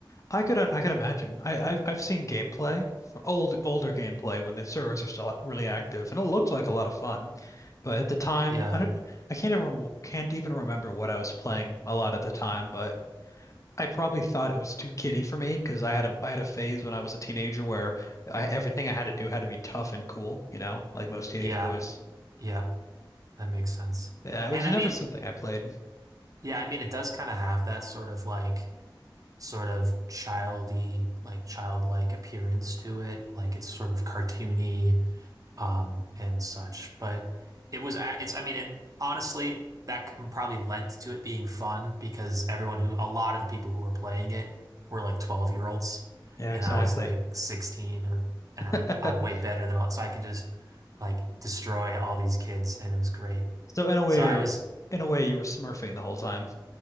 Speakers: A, on the left; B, on the right.
A: I could I could imagine. I, I've I've seen gameplay, old older gameplay when the servers are still really active, and it looked like a lot of fun. But at the time,
B: yeah
A: I don't, I can't even can't even remember what I was playing a lot at the time. But I probably thought it was too kiddie for me because I had a I had a phase when I was a teenager where I, everything I had to do had to be tough and cool, you know, like most teenage
B: yeah
A: boys.
B: yeah that makes sense
A: But yeah, it
B: and
A: was never
B: I mean
A: something I played.
B: yeah I mean it does kind of have that sort of like sort of childy like childlike appearance to it like it's sort of cartoony um, and such. But it was, a- it's, I mean, and honestly, that c- probably lent to it being fun because everyone who, a lot of the people who were playing it were like 12 year olds,
A: Yeah,
B: and
A: exactly.
B: I was like 16 or, and I'm,
A: <laughs>
B: I'm way better than all, so I could just like destroy all these kids, and it was great.
A: So in a way,
B: So I was
A: in a way, you were smurfing the whole time.